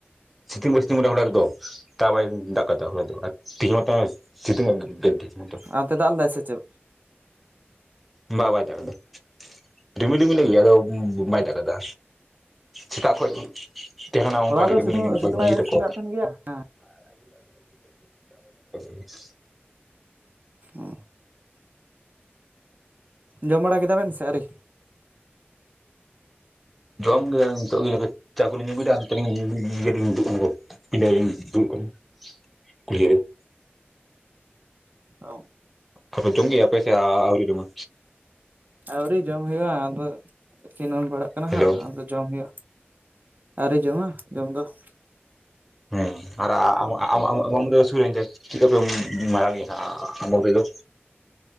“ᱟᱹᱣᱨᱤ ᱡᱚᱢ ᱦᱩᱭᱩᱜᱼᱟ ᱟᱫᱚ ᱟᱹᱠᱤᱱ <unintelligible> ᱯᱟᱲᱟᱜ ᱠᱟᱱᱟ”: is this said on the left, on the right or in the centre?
Right